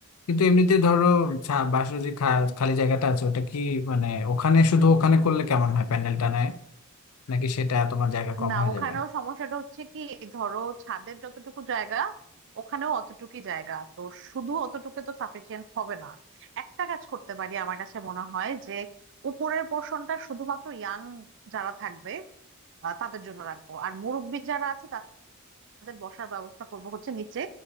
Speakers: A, on the left; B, on the right.
A: কিন্তু এমনিতে ধরো ছা- বাসার যে খা- খালি জায়গাটা আছে ওটা কি মানে ওখানে শুধু ওখানে করলে কেমন হয় প্যান্ডেলটা নেয় নাকি সেটা তোমার জায়গা কম
B: না
A: হয়ে
B: ওখানেও
A: যাবে
B: সমস্যাটা হচ্ছে কি ধরো ছাদের যতটুকু জায়গা ওখানেও অতটুকুই জায়গা তো শুধু অতটুকু তো সাফিসিয়েন্ট হবে না একটা কাজ করতে পারি আমার কাছে মনে হয় যে উপরের পোর্শনটা শুধুমাত্র ইয়াং যারা থাকবে আহ, তাদের জন্য রাখবো আর মুরব্বি যারা আছে তাদের বসার ব্যবস্থা করব হচ্ছে নিচে